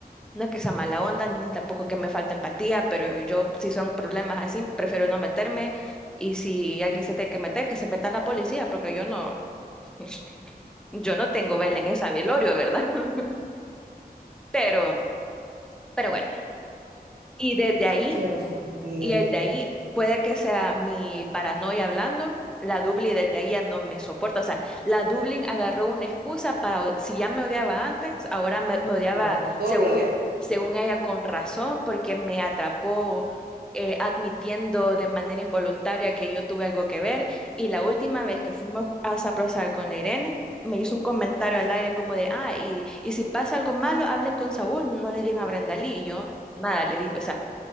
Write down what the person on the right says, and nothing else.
Dios mío.
Ahora, doble.